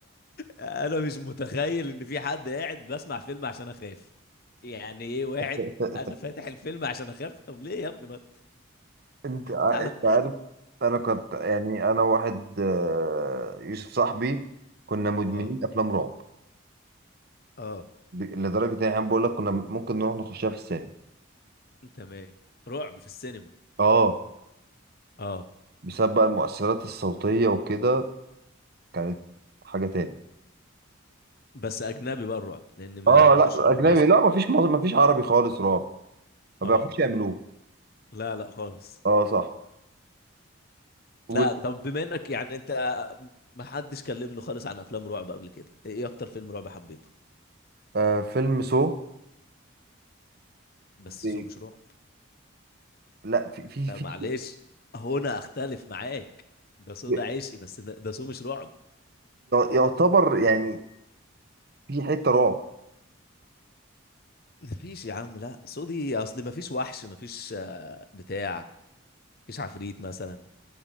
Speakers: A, on the left; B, on the right.
A: انا مش متخيل ان في حد قاعد بسمع فيلم عشان اخاف يعني ايه واحد
B: <laughs>
A: انا فاتح الفيلم عشان اخاف طب ليه يا ابني ما
B: انت ع-
A: تعالى
B: انت عارف انا كنت يعني انا واحد آه، يوسف صاحبي كنا مدمنين
A: اه
B: افلام رعب
A: اه
B: ب- لدرجه ان احنا بقول لك كنا ممكن نروح نخشها في السينما
A: تمام رعب في السينما
B: اه
A: اه
B: بسبب بقى المؤثرات الصوتيه وكده كانت حاجه تاني
A: بس اجنبي بقى الرعب لان ما
B: اه
A: ما
B: لا
A: فيش رعب
B: اجنبي
A: مصري
B: لا مفيش مز- مفيش عربي خالص رعب ما
A: اه
B: بيعرفوش يعملوه
A: لا لا خالص
B: اه صح وال-
A: لا طب بما انك يعني انت ما حدش كلمني خالص عن افلام رعب قبل كده ايه اكتر فيلم رعب حبيته
B: آه فيلم سو
A: بس
B: ب-
A: سو مش رعب
B: لا في في
A: لا
B: في
A: معلش هنا اختلف معاك ده سو
B: ي-
A: ده عشقي بس ده ده سو مش رعب
B: يعتبر يعني في حته رعب
A: مفيش يا عم لا سودي اصل مفيش وحش مفيش آه، بتاع مفيش عفريت مثلا